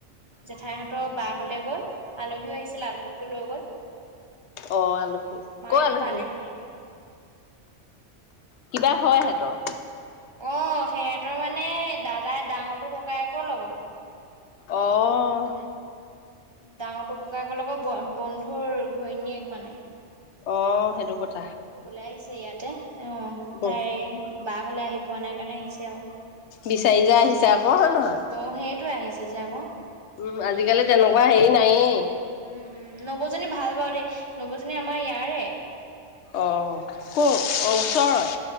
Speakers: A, on the right; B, on the left.
A: জেঠাইহঁতৰ বাহ হলে গল আলহীও আহিছিলে আলহীকো লৈ গ'ল
B: অহ আলহী
A: মা
B: ক
A: এতিয়া
B: আলী
A: তালে গ'লগে।
B: কিবা হয় সিহতৰ
A: অ সিহঁতৰ মানে দাদাই ডাঙৰটো ককাই আকৌ লগৰ
B: অহ
A: উ ডাঙৰটোো ককায়েকৰ লগৰ বন্ধুৰ ঘৈণীয়েক মানে
B: অ সেইটো কথা
A: দূবলৈ আহিছে ইয়াতে অহ
B: বল
A: তাই বাহ হলে আহি পোৱা নাই কাৰণে আহিছে আৰু
B: বিচাৰি যোৱা আহিছো আকৌ হয় নহয়
A: অ', সেইটোৱে আহিছে যে আকৌ
B: উম আজিকালি তেনেকুৱা হেৰি নাইেই
A: উম উম নবৌজনী ভাল বাৰু দেই নবৌজনী আমাৰ ইয়াৰে
B: অঁ ক'ৰ অ ওচৰৰে